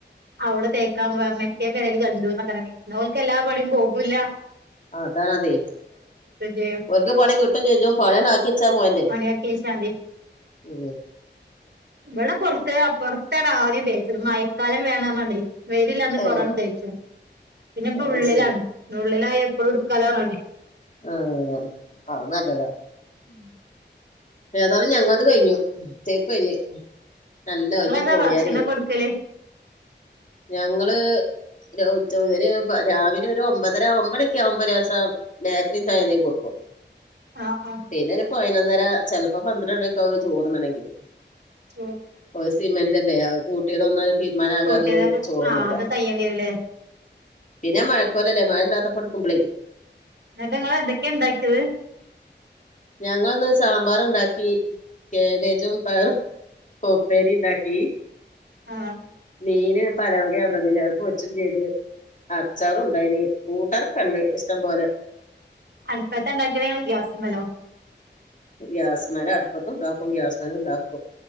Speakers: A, on the right (about 65°); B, on the left (about 40°).
A: അവിടെ തേക്കാൻ പറഞ്ഞാ മറ്റേ പേരെ കണ്ട് പിന്നെ ഓല്ക്ക് എല്ലാപണിയും പോകൂല
B: അതാണതെ
A: ചെയ്യും
B: ഓൽക്ക് പണി കിട്ടും ചോദിച്ചപ്പം പണിയെല്ലാക്കി വെച്ചാ പോരുന്നേ
A: പണിയാക്കിവെച്ചാമതി
B: <unintelligible>
A: ഇവിടെ പുറത്ത് പുറത്താണ് ആദ്യം തേച്ചത് മഴക്കാലം വെരുണ്ട്പറഞ്ഞാണ്ട് വെയിലില്ലാഞ്ഞ്
B: ഏ
A: പോറാണ് തേച്ചു പിന്നെ ഇപ്പൊ
B: അത്
A: ഉള്ളിലാണ്
B: ശരി
A: ഉള്ളിലായ എപ്പോഴും എടുക്കാലോ പറഞ്ഞാണ്ട്
B: ആഹ് അത് നല്ലതാ
A: ഉം
B: ഏതായാലും ഞങ്ങത് കഴിഞ്ഞു തേപ്പ് കഴിഞ്ഞ് നല്ല ആയേറ്റ്പോയാരെ
A: നിങ്ങളെന്താ ഭക്ഷണം കൊടുക്കല്
B: ഞങ്ങള് ര രാവിലെ ഒരു ഒമ്പതര ഒമ്പതൊക്കെ ആവുമ്പോരോസം ബേക്കറിയും ചായയും എന്തേലും കൊടുക്കും
A: ആഹ് ആഹ്
B: പിന്നെ ഒരു പതിനൊന്നര ചെലപ്പോ പന്ത്രണ്ടൊക്കെ ആവേ ചോറുണ്ണണെങ്കില്
A: ചോറ്
B: ഓ സിമന്റല്ലേ ആഹ് കൂട്ടിയത് ഒന്ന് തീരുമാനാകാതെ
A: കൂട്ടിയതൊക്കെ
B: ഓരു ചോറുന്നൂലാ
A: ആഹ് അത് കയ്യേണ്ടി വരൂല്ലേ
B: പിന്നെ മഴക്കോലല്ലേ മഴയില്ലാത്തപ്പൊ എടുക്കുമ്പോളെ
A: ന്നിട്ട് ഇങ്ങള് എന്തൊക്കെയാ ഉണ്ടാക്കിയത്.
B: ഞങ്ങന്ന് സാ മ്പാറ് ഉണ്ടാക്കി കേബേജും പയറും ഉപ്പേരിം ഉണ്ടാക്കി
A: ആഹ്
B: മീന് പലവകയാ കൊണ്ടന്നീനെ അത് പൊരിച്ചും ചെയ്ത് അച്ചാറും ഉണ്ടായിന് കൂട്ടാനൊക്കെ ഉണ്ട് ഇഷ്ടം പോലെ
A: അടുപ്പത്താ ഉണ്ടാക്കണെ ഇങ്ങള് ഗ്യാസിമ്മേലൊ.
B: ഗ്യാസ് മര അടുപ്പത്ത് ഉണ്ടാക്കും ഗ്യാസ് മേലും ഉണ്ടാക്കും